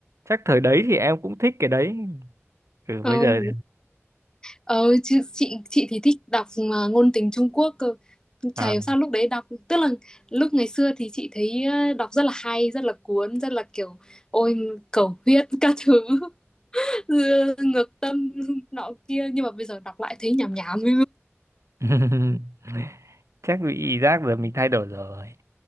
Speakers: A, on the right; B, on the left.
A: chắc thời đấy thì em cũng thích cái đấy ừ
B: Không.
A: bây giờ
B: Ờ, chứ chị chị thì thích đọc mà ngôn tình Trung Quốc cơ.
A: à,
B: Chả hiểu sao lúc đấy đọc tức là lúc ngày xưa thì chị thấy ờ, đọc rất là hay, rất là cuốn, rất là kiểu ôi cầu huyết các thứ <laughs> ngược tâm nọ kia nhưng mà bây giờ đọc lại thấy nhảm nhảm
A: <laughs> chắc bị giác giờ mình thay đổi rồi